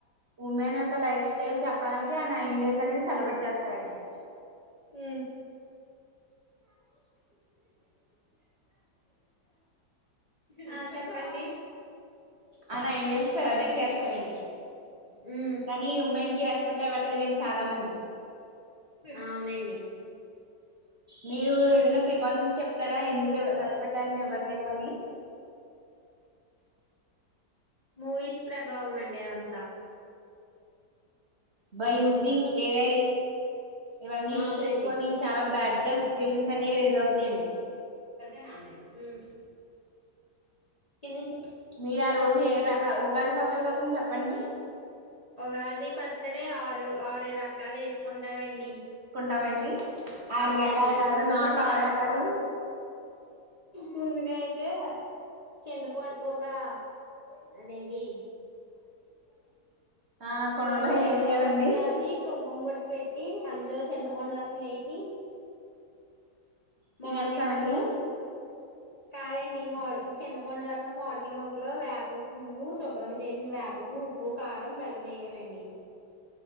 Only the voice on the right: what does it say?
ఉమెన్ యొక్క లైఫ్ స్టైల్ చెప్పడానికి ఆ నైన్ డేస్ అనేది సెలబ్రేట్ చేస్తారండి
ఆ నైన్ డేస్ సెలబ్రేట్ చేస్తారండి
కానీ ఉమెన్ కి రెస్పెక్ట్ ఇవ్వట్లేదండి చాలా మంది
మీరు ఏదైనా ప్రికాషన్స్ చెప్తారా ఎందుకు రెస్పెక్ట్ అనేది ఇవ్వ ట్లేదు అని
బై యూజింగ్ ఏఐ ఇవన్నీ యూస్
చేసుకొని చాలా బ్యాడ్ గా సిచ్యుయేషన్స్ అనేవి రేజ్ అవుతున్నాయండి
మీరు ఆ రోజు ఏ రక ఉగాది పచ్చడి కోసం చెప్పండి
ఉంటామండి ఆరు
రకాలు కాదు నాటు
ఆరు రకాలు
ఆ కొండలో
ఏమియ్యాలండి
తినేస్తామండి